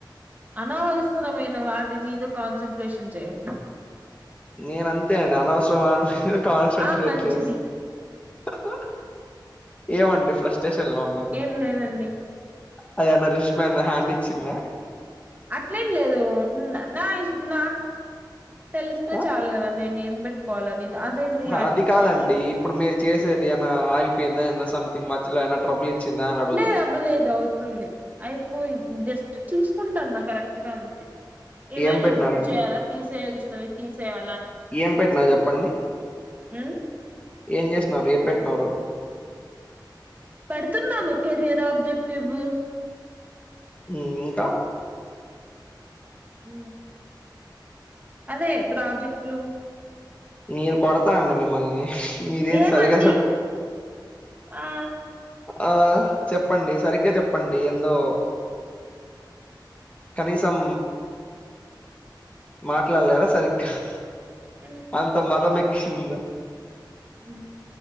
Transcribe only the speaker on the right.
అనవసరమైన వాటి మీద కాన్సన్ట్రేషన్ చేయండి
ఆ మంచిది
ఏం లేదండి
అట్లేం లేదు నా నా తెలిస్తే
చాలు గదా నేను బెట్ కొలనీ అదేంది
హ్యాండ్
ఇచ్చేది
లేదు అవ్వలేదు అవుతుంది అయిపోయి జస్ట్ చూసుకుంటాన్న కరెక్ట్ గా ఉంది ఏమైనా
ఇంక్లూడ్ చేయ్యాలా తీసేయాల్సినవి తీసేయాలాని
ఉ
పెడుతున్నాను కెరియర్ ఆబ్జెక్టివ్
ఉ అదే ప్రాజెక్టులు
ఏమండి
ఆ
ఉ
ఉ